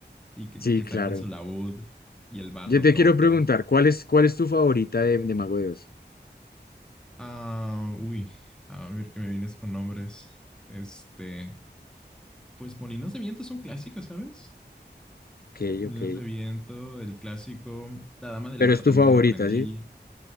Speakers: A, in the centre; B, on the left.
A: y que,
B: Sí,
A: que están
B: claro.
A: con su laúd y el bardo
B: Yo te
A: toca.
B: quiero preguntar, ¿cuál es, cuál es tu favorita de, de Mago de Oz?
A: Ah, uy, a ver que me vienes con nombres. Este, pues Molinos de Viento es un clásico, ¿sabes?
B: Ok,
A: Molinos
B: ok.
A: de Viento, el clásico. La Dama del
B: Pero
A: Mar
B: es
A: también
B: tu favorita,
A: me lo aprendí.
B: ¿sí?